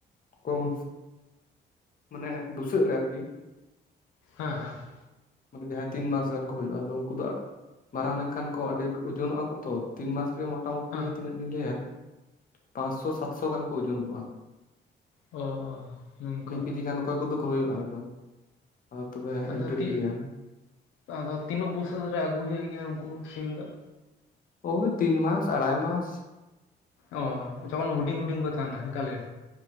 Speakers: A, on the left; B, on the left.
A: ᱠᱚᱢ ᱢᱟᱱᱮ ᱵᱩᱥᱟᱹᱜ ᱨᱮ ᱟᱨᱠᱤ ᱾
B: ᱦᱮᱸ ᱦᱮᱸ ᱾
A: <inaudible> ᱛᱤᱱ ᱢᱟᱥ ᱜᱟᱱ ᱠᱚ ᱦᱩᱭᱩᱜᱼᱟ ᱟᱫᱚ ᱩᱱᱠᱩ ᱫᱚ, ᱢᱟᱨᱟᱝ ᱞᱮᱱᱠᱷᱟᱱ ᱠᱚ ᱟᱹᱰᱤ ᱳᱡᱚᱱᱚᱜᱼᱟ ᱛᱚ ᱛᱤᱱ ᱢᱟᱥ ᱨᱮᱜᱮ᱾ ᱢᱚᱴᱟᱢᱩᱴᱤ
B: ᱦᱮᱸ
A: ᱛᱤᱱᱟᱹᱜ ᱞᱤᱧ ᱞᱮᱭᱟ, ᱯᱟᱸᱥᱚ ᱥᱟᱛᱥᱚ ᱜᱟᱱ ᱠᱚ ᱡᱩᱱ ᱠᱚᱜᱼᱟ᱾
B: ᱚ ᱚ ᱱᱚᱝᱠᱟ
A: ᱢᱤᱫ ᱠᱮᱡᱤ ᱠᱷᱟᱱ ᱚᱠᱚᱭ ᱠᱚᱫᱚ ᱠᱚ ᱦᱩᱭᱩᱜᱼᱟ ᱮᱠᱫᱚᱢ᱾ ᱟᱫᱚ ᱛᱚᱵᱮ
B: ᱟᱫᱚ
A: ᱮᱠ ᱰᱮᱲ
B: ᱛᱤ
A: ᱠᱮᱡᱤ ᱜᱟᱱ᱾
B: ᱟᱫᱚ ᱛᱤᱱᱟᱹᱜ ᱵᱩᱥᱳᱚ ᱨᱮ ᱟᱹᱜᱩᱭ ᱦᱳᱭᱳᱜ ᱜᱮᱭᱟ ᱩᱱᱠᱩ ᱥᱤᱢ ᱫᱚ᱾
A: ᱳᱭ ᱛᱤᱱ ᱢᱟᱥ ᱟᱲᱟᱭ ᱢᱟᱥ᱾
B: ᱚ ᱡᱚᱠᱷᱚᱱ ᱦᱩᱰᱤᱧ ᱦᱩᱰᱤᱧ ᱠᱚ ᱛᱟᱦᱮᱱᱟ ᱮᱠᱟᱞᱜᱮ?